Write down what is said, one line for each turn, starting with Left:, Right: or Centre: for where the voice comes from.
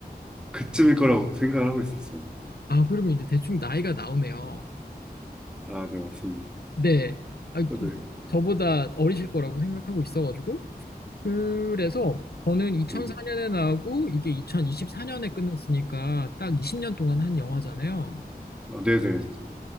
Centre: 그쯤일 거라고 생각을 하고 있었어요.
Left: 아, 그러면 이제 대충 나이가 나오네요.
Centre: 아, 네, 맞습니다.
Left: 네. 아, 저-
Centre: 어, 네,
Left: 저보다 어리실 거라고 생각하고 있어가지고. 그래서 저는 2004년에
Centre: 네,
Left: 나오고, 이게 2024년에 끝났으니까 딱 20년 동안 한 영화잖아요.
Centre: 아, 네. 네.